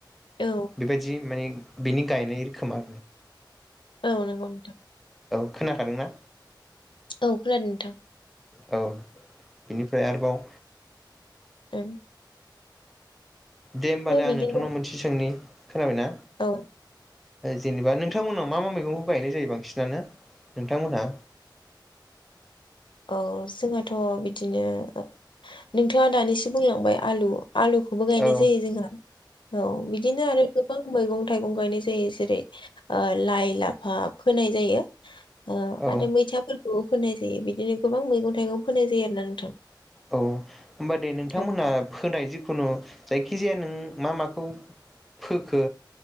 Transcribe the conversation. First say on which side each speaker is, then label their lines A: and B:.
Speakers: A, on the left; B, in the centre.
A: औ
B: बेबायदि माने बिनि गाय निर खोमा
A: औ नोंगौ नोंथां
B: खोनाखादोंना
A: औ खोनादों नोंथां
B: औ बेनिफ्राय आरोबाव
A: द
B: दे होमबालाय आं
A: बिदिनो
B: नोंथांनाव मोनसेै सोंनि खोनाबायना
A: औ
B: जेनेबा नोंथांमोननाव मा-मा मैगंखौ गायनाय जायो बांसिन जानो नोंथांमोनहा
A: औ जोंहाथ बिदिनो ओ नोंथांङा दानिसो बुंलांबाय आलु आलुखौबो गायनाय
B: औ
A: जायो जोंहा औ बिदिनो आरो गोबां मैगं थाइगं गायनाय जायो जेरै ओ लाइ-लाफा फोनाय जायो ओ
B: औ
A: आरो मैथाफोर फोनाय जायो बि बिदिनो गोबां मैगं-थाइगं फोनाय जायो आरो ना नोंथां
B: औ होनबा दे नोंथांमोना
A: औ
B: फोनाय जिखुनु जायखिजाया नों मा माखौ फोखो